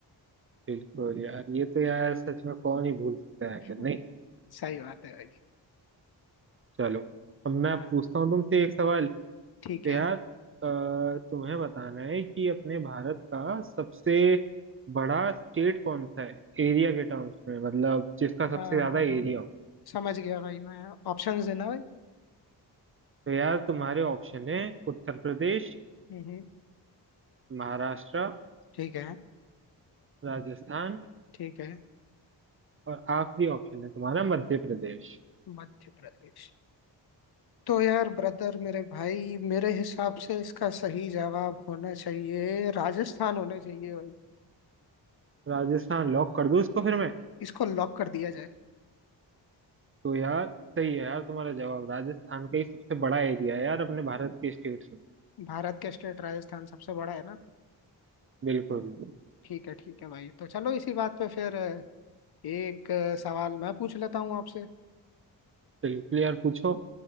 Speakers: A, on the right; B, on the left.
A: बिल्कुल यार ये तो यार सच में कौन ही भूल सकता है
B: <laughs>
A: आखिर नहीं
B: सही बात है भाई
A: चलो अब मैं
B: हाँ
A: पूछता हूँ तुमसे एक सवाल
B: ठीक
A: तो
B: है
A: यार अ, तुम्हें बताना है कि अपने भारत का सबसे बड़ा स्टेट कौन सा है एरिया के टर्म्स में मतलब जिसका सबसे
B: हाँ
A: ज्यादा
B: हाँ
A: एरिया
B: हाँ
A: हो
B: समझ गया भाई मैं ऑप्शंस देना भाई
A: तो यार तुम्हारे ऑप्शन है उत्तर प्रदेश
B: हम्म हम्म,
A: महाराष्ट्र
B: ठीक है
A: राजस्थान
B: ठीक है
A: और आखिरी ऑप्शन है तुम्हारा मध्य प्रदेश
B: मध्य प्रदेश तो यार ब्रदर मेरे भाई मेरे हिसाब से इसका सही जवाब होना चाहिए राजस्थान होना चाहिए भाई
A: राजस्थान लॉक कर दूं इसको फिर मैं
B: इसको लॉक कर दिया जाए
A: तो यार सही है यार तुम्हारा जवाब राजस्थान का ही सबसे बड़ा एरिया है यार अपने भारत के स्टेट्स में
B: भारत के स्टेट राजस्थान सबसे बड़ा है ना
A: बिल्कुल
B: ठीक है ठीक है भाई तो चलो इसी बात पे फिर अ, एक अ, सवाल मैं पूछ लेता हूँ आपसे
A: बिल्कुल यार पूछो